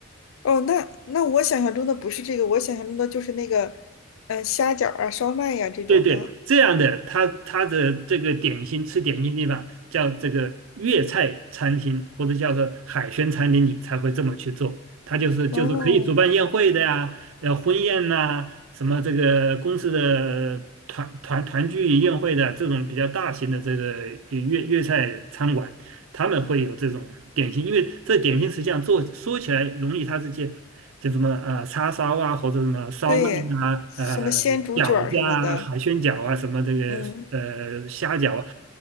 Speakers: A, on the left; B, on the right.
A: 哦，那那我想象中的不是这个，我想象中的就是那个，呃，虾饺儿啊、烧麦呀、这种的。
B: 对对，这样的，他他的这个点心吃点心地方叫这个粤菜餐厅，或者叫做海鲜餐厅，你才会这么去做。它就是就是可以主办宴会的呀，
A: 哦，
B: 呃，婚宴呐、什么这个公司的团团团聚宴会的这种比较大型的这个粤粤菜餐馆，他们会有这种点心，因为这点心实际上做说起来容易，它这些。就什么呃叉烧啊，或者什么烧麦啊，
A: 对，什么鲜竹卷儿什么的。
B: 呃饺子啊，海鲜饺啊，什么这个呃虾饺啊，
A: 嗯，